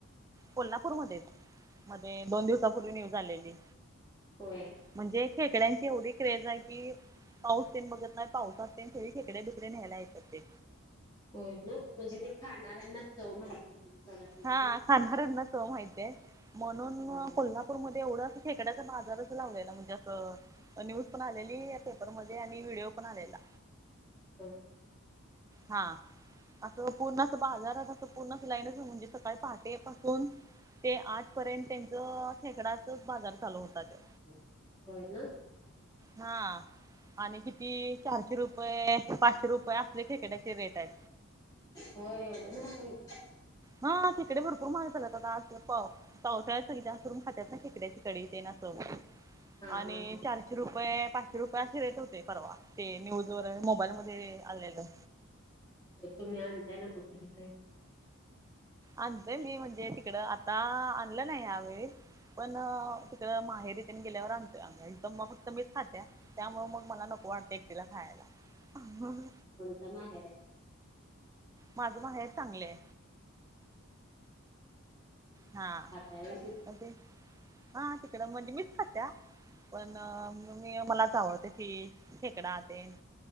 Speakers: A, on the right; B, on the left.
A: कोल्हापूरमध्येच मध्ये, दोन दिवसापूर्वी न्यूज आलेली.
B: होय.
A: म्हणजे खेकड्यांची एवढी क्रेज आहे, की पाऊस तन बघत नाहित, पावसात तेण, खेकडे, बिकडे न्यायला येतात ते.
B: हो ना म्हणजे ते, खाणाऱ्यांना चव माहित, त्याची.
A: हा खाणाऱ्यांनाचव माहितय, म्हणून
B: हा.
A: कोल्हापूरमध्ये एवढंअसं, खेडायचं बाजारच लावलायला, म्हणजे असं. न्यूज पण आलेली, या पेपरमध्येध्ये आणि व्हिडिओ पण आलेला.
B: हम, हम, ह,
A: हा असं पूर्ण अस बाजारत असं पूर्ण ती लाईनच म्हणजे सकाळी पहाटे पासून ते आठ पर्यंत त्यांच खेकडाचच बाजार चालू होता त्यो
B: बोल होय ना
A: हा आणि किती चारशे रुपये पाचशे रुपये असले खेकड्याचे रेटयत.
B: हो एवढं, महाग आहेत.
A: हा खेकडे, भरपूर महाग झालात. पण, पावसाळ्या सगळे जास्त करून खातात ना, खेकड्याची कडी तेसं असं.
B: हा
A: आणि
B: हा
A: चार, <unintelligible> पाचशे रुपये असे रेट होते, परवा ते न्यूज वर, मोबाईल मध्ये आलेलं,
B: तुम्ही आणताय ना मग घरी ताई
A: आणतेय मी म्हणजे तिकडं आता आणलं नाही ह्या वेेळेस पण तिकड माहेरी तेन गेल्यावर आणतोय आम्ही इथं फक्त मीच खात्या. त्यामुळे मग मला नको वाटतं एकटीला खायाला
B: माहेराय
A: माझं माहेर सांगलीय. हा
B: राहताय व्हय तिथं.
A: त ते हा तिकडं म्हणजे मीच खात्या. पण मी मलाच आवडतय फीश, खेकडा तेन